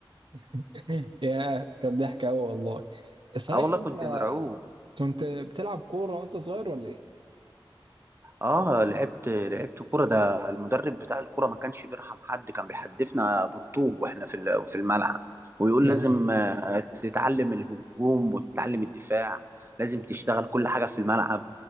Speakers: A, on the right (about 65°); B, on the right (about 25°).
A: <laughs> يا كان ضحك قوي والله صحيح
B: اه والله
A: انت
B: كنت مرعوب
A: كنت بتلعب كوره وانت صغير ولا ايه
B: اه لعبت لعبت كرة ده المدرب بتاع الكرة ما كانش بيرحم حد كان بيحدفنا بالطوب واحنا في ال- في الملعب ويقول
A: <laughs>
B: لازم آه، تتعلم الهجوم وتتعلم الدفاع لازم تشتغل كل حاجة في الملعب